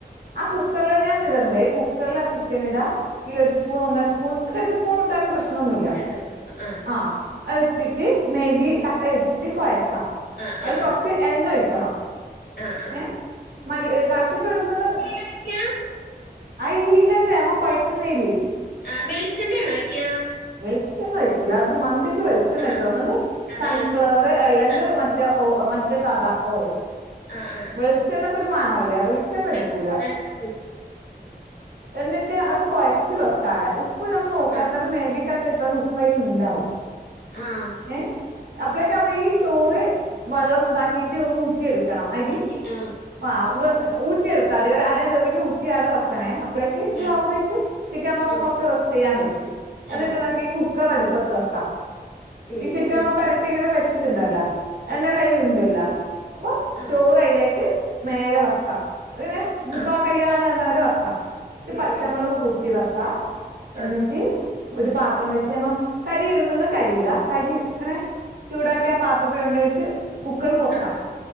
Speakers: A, on the right (about 65°); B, on the left (about 70°).
A: ആ കുക്കറിലെന്നാന്നിടണ്ടേ കുക്കർലാ ചിക്കനിടാ ഇലൊരു സ്പൂൺ ഒന്നര സ്പൂൺ രണ്ട് സ് ഫൂണിട്ടാലും പ്രശ്നൊന്നുല്ല
B: രണ്ട് സ്പൂൺ ആ
A: ആഹ്. അത് ഇട്ടിട്ട് മേഗി
B: ഉം
A: കട്ട ഇട്ടിട്ട് കൊയക്കാം
B: ആ
A: അതില്
B: ആ
A: കൊറച്ച്
B: ആ
A: എണ്ണ ഒയിക്കണം
B: ആ ആ
A: ഏഹ് മല്ല് കടച്ചക്ക ഇടുന്ന്ണ്ടെന്ന്
B: വെക്കാ
A: അയ്ലന്നെ നമ്മ കൊയ്ക്കുന്നേല്
B: ആഹ് വെളിച്ചെണ്ണ ആണോ ഒഴിക്കുക്കാ
A: വെളിച്ചെണ്ണ ഒഴിക്കൂല്ല അത് മന്തിക്ക് വെളിച്ചെണ്ണയ്ക്കും
B: ആ
A: ഒന്നെങ്കി
B: അതാ
A: സൺഫ്ലവറ്
B: ചോദിച്ചത് ആ
A: അല്ലെങ്കി
B: ആ
A: മ റ്റ ഓഹ് മറ്റേ സാധാ ഓയിൽ
B: ആ ആ ആ,
A: വെളിച്ചെണ്ണക്കൊരു മണയില്ലേ വെളിച്ചെണ്ണ എടുക്കൂലേ
B: അതാ ഞാൻ ചോദിച്ചത്
A: എന്നിട്ട് അത് കൊഴച്ച് വെക്കാട ഉപ്പ് നമ്മൾ നോക്കാന്താലും
B: ആ
A: മേഗി കട്ട ഇട്ടോണ്ട് ഉ പ്പയില്ണ്ടാവും.
B: ആഹ്
A: ഏഹ് അപ്പളേക്കും അമ്മ ഈ ചോറ് വെള്ളം ഇതാക്കീട്ട് ഒന്ന് ഊറ്റിയെട് ക്കണം അരി
B: ഊറ്റി ആ
A: ആഹ് വെ ഊറ്റിയെടുത്താല് ഒരു അര വേവില് ഊറ്റി അട വെക്കണേ അ പ്ലേക്ക് ഇത്
B: ആ
A: ആവുമ്പഴെക്ക് ചിക്കൻമ്മ
B: ആ
A: കെറച്ച് റെസ്റ്റ് ചെയ്യാൻ വെച്ച് എന്നിട്ട്
B: ആ
A: നക്കി കുക്കറ് അടുപ്പത്ത് വെക്കാം
B: ഉം
A: ഈ ചിക്കാമ്മ
B: ഉം ഉം
A: പെരട്ടി ഇങ്ങനെ വെച്ചിയിട്ടുണ്ടല്ലോ
B: ആ
A: എന്നാല് അയിലിണ്ടില്ല അപ്പൊ
B: ആ
A: ചോറ് അയിലേക്ക് മേലെ വെക്കാം ഇങ്ങനെ മുക്കാകയ്യാനന്നവരെ
B: ആ
A: വെക്കാം എന്നിട്ട്
B: ഉം
A: പച്ചമുളക്
B: ഉം ഉം
A: കുത്തി വെക്കാ എന്നിട്ട്
B: ആ
A: ഒരു പാത്രം വെച്ച് നമ്മ കരി ഇടുന്ന്ണ്ടേ കരി ഇടാ കരി ഇങ്ങനെ ചൂടാക്കിയ ആ പാത്രത്തിൽ എണ്ണ ഒഴിച്ച് കുക്കറ് പൊത്താം
B: ആ